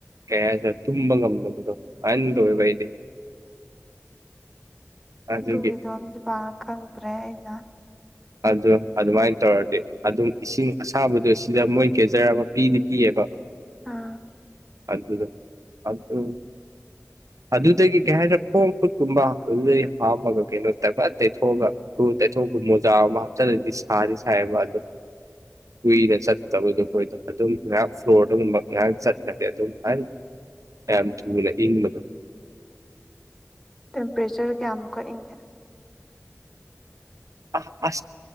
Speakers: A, on the right; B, in the centre.
A: ꯀ ꯍꯥꯏꯁꯦ ꯇꯨꯝꯕ ꯉꯝꯗꯕꯗꯣ ꯑꯟ ꯇꯧꯋꯦꯕ ꯑꯩꯗꯤ ꯑꯗꯨꯒꯤ
B: ꯑꯗꯨꯒꯤꯗꯣꯝ ꯄꯥꯟꯅ ꯈꯪꯗ꯭ꯔꯦ ꯑꯩꯅ
A: ꯑꯗꯨ ꯑꯗꯨꯃꯥꯏꯅ ꯇꯧꯔꯗꯤ ꯑꯗꯨꯝ ꯏꯁꯤꯡ ꯑꯁꯥꯕꯗꯣ ꯁꯤꯗ ꯃꯣꯏ ꯒꯦꯖꯔ ꯑꯃ ꯄꯤꯗꯤ ꯄꯤꯌꯦꯕ
B: ꯑꯥ
A: ꯑꯗꯨꯗ ꯑꯗꯨ ꯑꯗꯨꯗꯒꯤ ꯀꯩ ꯍꯥꯏꯇꯥꯔꯦ ꯈꯣꯡ ꯈꯨꯠꯀꯨꯝꯕ ꯑꯗꯨꯗꯩ ꯍꯥꯥꯎꯝꯃꯒ ꯀꯩꯅꯣ ꯇꯕ ꯇꯩꯊꯣꯛꯑꯒ ꯇꯩꯊꯣꯛꯄ ꯃꯣꯖꯥ ꯑꯃ ꯍꯥꯞꯆꯜꯂꯗꯤ ꯁꯥꯗꯤ ꯁꯥꯏꯕ ꯑꯗꯣ ꯀꯨꯏꯅ ꯆꯠꯇꯕꯗꯣ ꯐꯏꯗꯣ ꯑꯗꯨꯝ ꯉꯥꯏꯍꯥꯛ ꯐ꯭ꯂꯣꯔꯗꯨꯒꯨꯝꯕ ꯉꯥꯏꯍꯥꯛ ꯆꯠꯅꯗꯤꯦ ꯑꯗꯨꯝ ꯍꯥꯏ ꯑꯂ ꯏꯪꯂꯪꯂꯗ
B: ꯇꯦꯝꯄꯔꯦꯆꯔ ꯀꯌꯥꯃꯨꯛ ꯀꯛꯏꯒꯦ
A: ꯑ ꯑ